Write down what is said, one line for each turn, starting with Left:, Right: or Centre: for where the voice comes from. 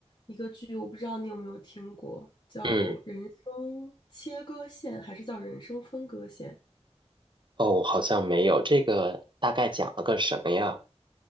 Left: 一个剧，我不知道你有没有听过，叫《人生切割线》还是叫《人生分割线》？
Right: 嗯，哦，好像没有，这个大概讲了个什么呀？